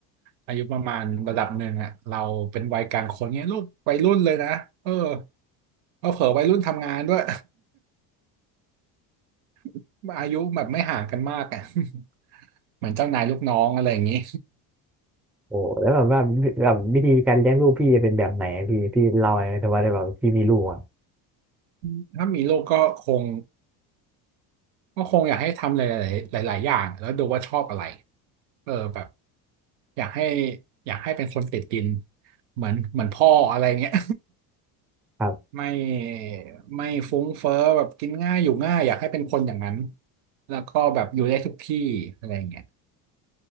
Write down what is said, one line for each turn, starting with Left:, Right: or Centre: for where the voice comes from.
Right: อายุประมาณระดับหนึ่งอ่ะเราเป็นวัยกลางคนเนี้ยลูกวัยรุ่นเลยนะเออเออเผลอวัยรุ่นทำงานด้วย <laughs> อายุแบบไม่ห่างกันมากอ่ะ <laughs> เหมือนเจ้านายลูกน้องอะไรอย่างนี้
Centre: โอ้แล้วแบบว่าแบบวิธีการเลี้ยงลูกพี่เป็นแบบไหนอะพี่พี่เล่าหน่อยแต่ว่าได้แบบพี่มีลูกอะ
Right: <laughs> ถ้ามีลูกก็คง ก็คงอยากให้ทำหลายๆหลายๆอย่างแล้วดูว่าชอบอะไรเออแบบอยากให้อยากให้เป็นคนติดดินเหมือนเหมือนพ่ออะไรเงี้ย
Centre: ครับ
Right: <laughs> ไม่ไม่ฟุ้งเฟ้อแบบกินง่ายอยู่ง่ายอยากให้เป็นคนอย่างนั้นแล้วก็แบบอยู่ได้ทุกที่อะไรเงี้ย